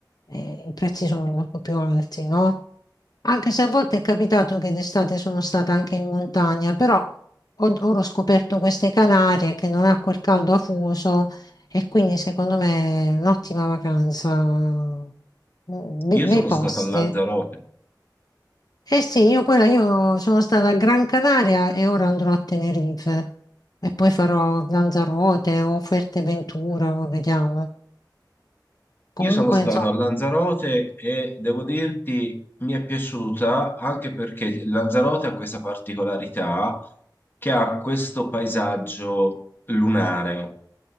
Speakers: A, on the left (about 55°); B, on the left (about 30°).
A: eh, i prezzi sono molto più alti, no? Anche se a volte è capitato che d'estate sono stata anche in montagna, però ho- ora ho scoperto queste Canarie che non ha quel caldo afoso e quindi secondo me è un'ottima vacanza, Mm, Be-
B: Io
A: bei
B: sono
A: posti.
B: stato a Lanzarote.
A: Eh sì, io quella, io sono stata a Gran Canaria e ora andrò a Tenerife e poi farò Lanzarote o Fuerteventura, o vediamo. Comunque,
B: Io sono stato
A: insomma,
B: a Lanzarote e devo dirti mi è piaciuta anche perché Lanzarote ha questa particolarità che ha questo paesaggio lunare